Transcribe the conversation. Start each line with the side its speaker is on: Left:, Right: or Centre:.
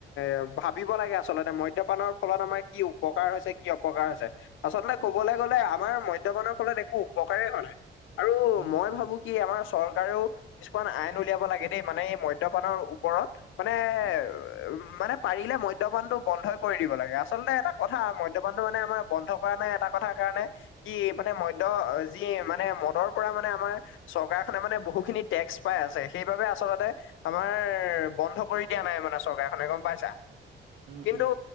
Left: এ ভাবিব লাগে আচলতে মদ্যপানৰ ফলত আমাক কি উপকাৰ হৈছে কি অপকাৰ হৈছে আচলতে
Right: উম
Left: কবলৈ গ'লে আমাৰ মদ্যপানৰ ফলত একো উপকাৰেই হোৱা নাই আৰু
Right: উম
Left: মই
Right: উম
Left: ভাবো কি আমাৰ চৰকাৰেও কিছুমান আইন উলিয়াব লাগে দেই মানে এই মদ্যপানৰ ওপৰত মানে
Right: উম
Left: উ মানে পাৰিলে মদ্যপানটো বন্ধই কৰি দিব লাগে আচলতে এটা। কথা মদ্যপানটো মানে আমাৰ বন্ধ কৰা নাই এটা কথাৰ কাৰণে। কি মানে মদ্য যি মানে মদৰ পৰা মানে আমাৰ। চৰকাৰখনে মানে বহুখিনি টেক্স পাই আছে সেইবাবে আচলতে। আমাৰ বন্ধ কৰি দিয়া নাই মানে চৰকাৰখনে গম পাইছা।
Right: উম
Left: কিন্তু
Right: উম